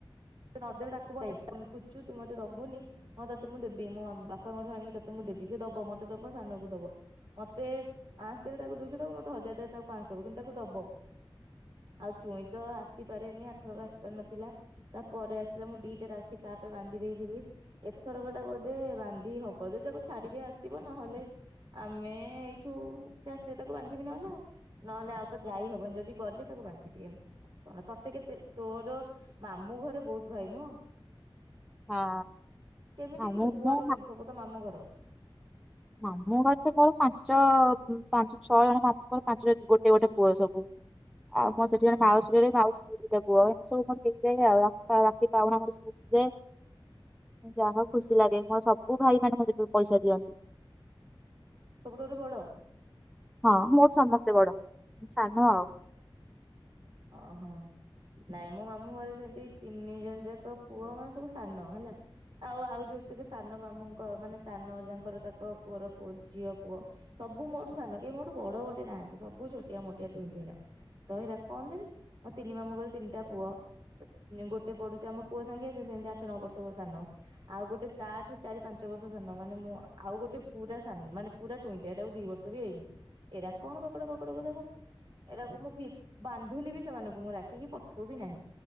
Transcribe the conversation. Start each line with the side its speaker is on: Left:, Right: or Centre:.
Right: ନଦେଲେ ତାକୁହେ ପୁଚୁ ତୁ ମତେ ଦବୁନି ହଁ ତତେ ମୁଁ ଦେବି ମୁଁ ବାପାଙ୍କଠୁ ଆଣିକି ତତେ ମୁଁ ଦେବି ସେ ଦବ ମତେ ଦବ। ସାନକୁ ଦବ ମତେ ପାଞ୍ଚ ଦେ ତା ଦୁଇଶହ ଦବ ମତେ ହଜାର ତାକୁ ପାଞ୍ଚ ଦବ କିନ୍ତୁ ତାକୁ ଦବ ଆଉ ଚୁଇଁ ତ ଆସିପାରେନି ଏଥରକ ଆସି ପାର ନଥିଲା ତା ପରେରେ ଆସିିଲଥିଲା ମୁଁ ଦିଟାଖି ତାପ ବାନ୍ଧି ଦେଇଥିଲି ଏଥରକ ଟା ବୋଧେ ବାନ୍ଧି ହବ ଯଦି ତାକୁ ଛାଡିବେ ଆସିବ। ନହେଲେ ଆମେ ଏଇଠୁ ସେ ଆସିବେ ତାକୁ ବାନ୍ଧିବି ନହେଲେ ଆଉ ନହେଲେ ଆଉ ତ ଯାଇହବନି ଯଦି ଗଲେ ତାକୁ ବାନ୍ଧିବି ଏମତି କଣ ତତେ କେତେ ତୋର ମାମୁଁ ଘରେ ବହୁତ ଭାଇ ନୁହ।
Centre: ହଁ
Right: କେମିତି
Centre: ଆମ
Right: କିଲ କୁଆଡୁ
Centre: ମୋ
Right: କେମତି ସବୁ ତ ମାମୁଁ ଘର।
Centre: ମାମୁଁ ଘର ତ ମୋର ପାଞ୍ଚ ପାଞ୍ଚ ଛଅ ଜଣ ମାମୁଁଙ୍କର ପାଞ୍ଚଣ ଗୋଟେ ଗୋଟେ ପୁଅ ସବୁ। ଆଉ ମୁଁ ସେଠି ଜଣ
Right: ହଁ
Centre: ମାଉସୀରେ ମାଉୀ ଦେବ ପୁଅ ଏମତି ସବୁ ମର ହେଇଯାଏ ଆଉ ରାତି ପାଉଣା ମୋର ସବୁ ଉଠିଯାଏ ଯାହା ଖୁସି ଲାଗେ ମୋର ସବୁ ଭାଇ ମାନେ ମୋତେ ପଇସା ଦିଅନ୍ତି।
Right: ସବୁ ତଠୁ ବଡ
Centre: ହଁ ମୋର ସମସ୍ତେ ବଡ ସାନ ଆଉ
Right: ଓହୋ ନାଇଁ ମୋ ମାମୁଁ ଘରେ ସେମିତି ତିନି ଜଣ ଯାକ ପୁଅ ମାନେ ସବୁ ସାନ ହେଲା ଆଉ ଆଉ ଯୋଉକ ସାନ ମାମୁଙ୍କ ମାନେ ସାନ ଯାଙ୍କର ତାଙ୍କ ପୁଅର ପୁଅ ଝିଅ ପୁଅ ସବୁ ମୋଠୁ ସାନ କେହି ମୋଠୁ ବଡ ଗୋଟେ ନାହାନ୍ତି ସବୁ ଛୋଟିଆ ମୋଟିଆ ଟୁଇଁ ଟୁଇଁ କଣ ଦେବି ମୋ ତିନି ମାମୁଙ୍କର ତିନିଟା ପୁଅ ଗୋଟେ ପଢୁଛି ଆମ ପୁଅ ସାଙ୍ଗେ ସେ ସେତି ଆଠ ନଅ ବର୍ଷ ସାନ ଆଉ ଗୋଟେ ତାଠୁ ଚାରି ପାଞ୍ଚ ବର୍ଷ ସାନ ମାନେ ମୁଁ ଆଉ ଗୋଟେ ପୁରା ମାନେ ପୁରା ଟୁଇଁଟା ଏଟାକୁ ଦି ବର୍ଷ ବି ହେଇନି ଏଟ କଣ ପକଡା ପକଡକୁ ଦେବ ଏରାକୁ ମୁଁ ବାନ୍ଧୁନି ବି ସେମାନଙ୍କୁ ମୁଁ ରାକ୍ଷୀ କିି ପଠଉବି ନାହିଁ